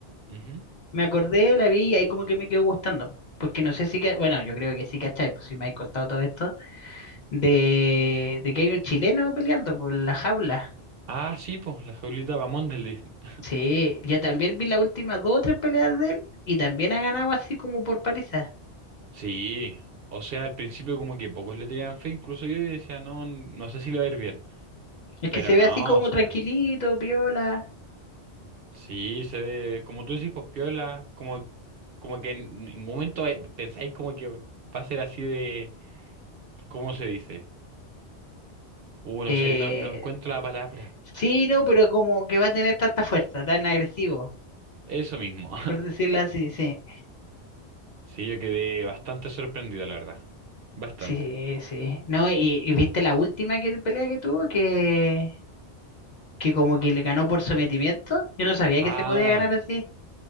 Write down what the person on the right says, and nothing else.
Ujú.
Ah, sí, pues, la jaulita Bamonde le dicen. <laughs>
Sí, o sea, al principio como que pocos le tenían fe, incluso yo y decía, no, no sé si le va a ir bien.
Pero
no,
o sea.
Sí, se ve, como tú decís, pues piola, como, como que en ningún momento eh, pensáis como que va a ser así de, ¿cómo se dice? Uh,
no sé, no, no encuentro la palabra.
Eso mismo. <laughs>
Sí, yo quedé bastante sorprendido, la verdad. Bastante.
Ah,